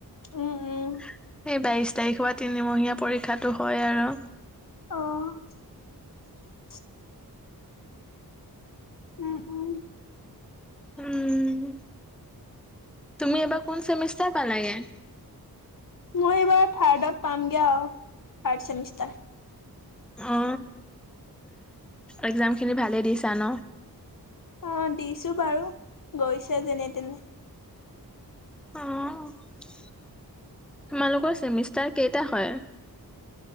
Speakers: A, on the left; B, in the centre.
A: উম, উম,
B: <inaudible> এই বাইছ তাৰিখ হোৱা তিনিমহীয়া পৰীক্ষাটো হয় আৰু।
A: অ'। উম, উম,
B: উম। তুমি এবাৰ কোন চেমিষ্টাৰ? চ পালাগে
A: মই এইবাৰ থাৰ্ডত পামগে আৰু থাৰ্ড চেমিষ্টাৰ।
B: অ এক্জাম খিনি ভালেই দিছা ন
A: অ দিছো বাৰু গৈছো যেনে তেনে
B: আহ তোমালোকৰ চেমিষ্টাৰ কেইটা হয়